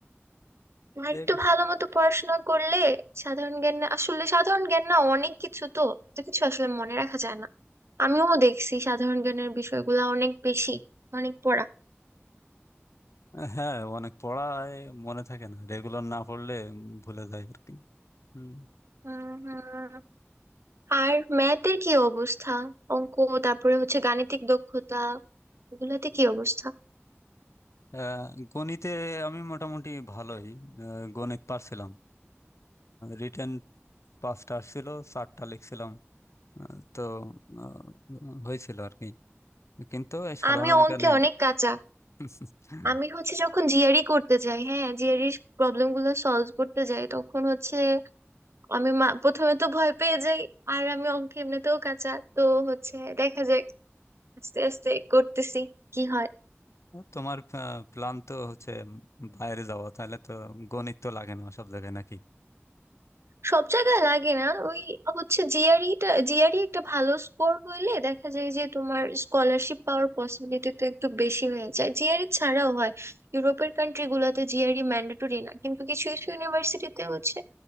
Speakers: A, on the right; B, on the left.
A: আর
B: এ-
A: একটু ভালো মতো পড়াশোনা করলে সাধারণ জ্ঞান না আসলে সাধারণ জ্ঞান না অনেক কিছু তো এত কিছু আসলে মনে রাখা যায় না আমিও দেখছি সাধারণ জ্ঞানের বিষয়গুলো অনেক বেশি অনেক পড়া
B: হ্যাঁ অনেক পড়ায় মনে থাকে না রেগুলার না পড়লে ভুলে যায় আর কি হুম।
A: হুম হুম আর ম্যাথের কি অবস্থা অঙ্ক তারপরে হচ্ছে গাণিতিক দক্ষতা এগুলাতে কি অবস্থা
B: আহ, গণিতে আমি মোটামুটি ভালোই আহ, গণিত পারছিলাম রিটেন পাঁচটা আসছিল চারটা লিখছিলাম আহ, তো আহ, হয়েছিল আর কি কিন্তু এই সাধারণ
A: আমি অঙ্কে
B: জ্ঞানে
A: অনেক কাঁচা
B: <laughs>
A: আমি হচ্ছে যখন জিআরই করতে যাই হ্যাঁ জিআরই প্রবলেম গুলো সলভ করতে যাই তখন হচ্ছে আমি মা- প্রথমে তো ভয় পেয়ে যাই আর আমি অঙ্ক এমনিতেও কাঁচা তো হচ্ছে দেখা যাক আস্তে আস্তে করতেছি কি হয়
B: তোমার প্ল্যান তো হচ্ছে বাইরে যাওয়া তাহলে তো গণিত তো লাগে না সব জায়গায় নাকি
A: সব জায়গায় লাগে না ওই হচ্ছে জিআরইটা জিআরই একটা ভালো স্কোর হইলে দেখা যায় যে তোমার স্কলারশিপ পাওয়ার পসিবিলিটি তো একটু বেশি হয়ে যায় জিআরই ছাড়াও হয় ইউরোপের কান্ট্রি গুলোতে জিআরই ম্যান্ডেটরি না কিন্তু কিছু কিছু ইউনিভার্সিটিতে হচ্ছে